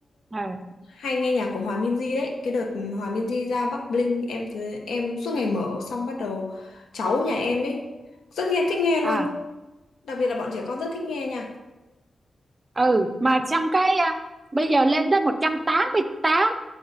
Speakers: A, on the right; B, on the left.
A: ừ
B: hay nghe nhạc của Hòa Minzy đấy cái đợt Hòa Minzy ra Bắc Bling em thấy- em suốt ngày mở xong bắt đầu cháu nhà em ấy rất nghe thích nghe luôn
A: à
B: đặc biệt là bọn trẻ con rất thích nghe nha
A: ừ mà trong cái à, bây giờ lên tới một trăm tám mươi tám